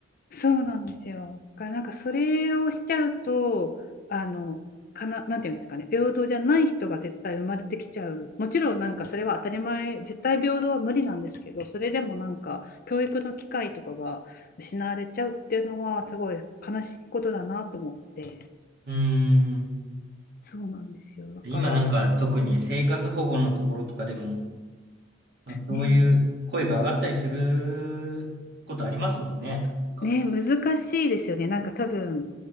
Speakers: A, on the left; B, on the right.
A: そうなんですよ。だからなんかそれをしちゃうと、あの、かな、なんていうんですかね、平等じゃない人が絶対生まれてきちゃう。もちろんなんかそれは当たり前、絶対平等は無理なんですけど、それでもなんか教育の機会とかが失われちゃうっていうのはすごい悲しいことだなと思って。
B: うーん、
A: そうなんですよ。だから
B: 今なんか、特に生活保護のところとかでも、まあ、そういう声が上がったりすることありますもんね。
A: ね、
B: なんか
A: ね、難しいですよね。なんか多分、